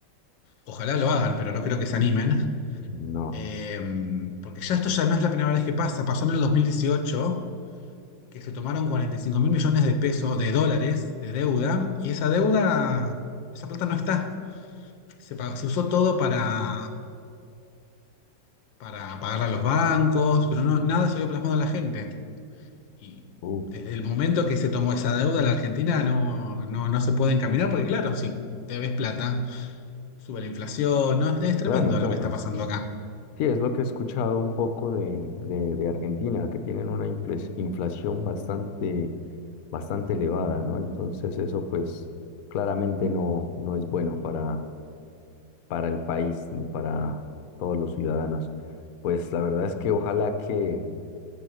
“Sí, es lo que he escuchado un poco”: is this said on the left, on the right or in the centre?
Left